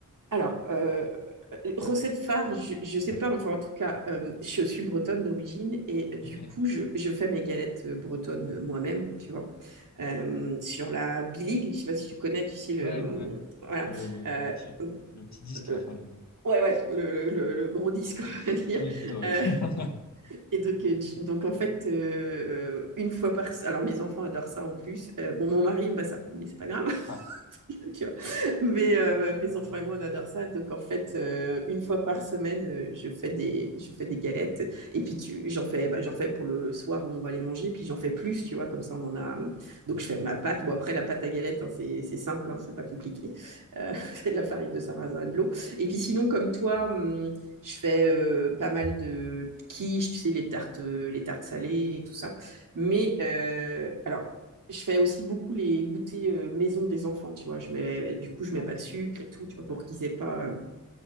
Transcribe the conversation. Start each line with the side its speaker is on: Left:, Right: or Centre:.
Right: Alors, euh, recette phare, je, je sais pas, enfin en tout cas, euh, je suis bretonne d'origine et euh, du
Left: Ok.
Right: coup, je, je fais mes galettes euh, bretonnes euh, moi-même, tu vois, Euh, sur la biligue, je ne sais pas si tu connais, tu sais, le,
Left: Ouais, ouais, ouais.
Right: voilà,
Left: Le, le,
Right: Euh,
Left: le petit, le petit disque,
Right: le-
Left: la fin, le...
Right: ouais, ouais, le, le, le gros disque, <laughs> on va dire.
Left: Oui, plutôt, ouais.
Right: Euh,
Left: <laughs>
Right: et donc, euh, tu- donc en fait, euh, euh, une fois par, alors mes enfants adorent ça en plus, Euh, bon, mon mari aime pas ça, mais c'est pas grave. <laughs>
Left: Ah,
Right: tu vois. Mais euh, mes enfants et moi, on adore ça. Donc, en fait, euh, une fois par semaine, euh, je fais des, je fais des galettes. Et puis, tu, j'en fais, bah, j'en fais pour le soir où on va les manger. Puis, j'en fais plus, tu vois, comme ça, on en a. euh, Donc, je fais ma pâte. Bon, après, la pâte à galette, hein, c'est, c'est simple, hein, c'est pas compliqué. Euh, <laughs> c'est de la farine de sarrasin et de l'eau. Et puis, sinon, comme toi, hum, je fais euh, pas mal de quiches, tu sais, les tartes, euh, les tartes salées et tout ça. Mais euh, alors, je fais aussi beaucoup les goûters euh, maison des enfants, tu vois. Je mets, du coup, je mets
Left: ah,
Right: pas
Left: ok.
Right: de sucre et tout, tu vois, pour qu'ils aient pas euh,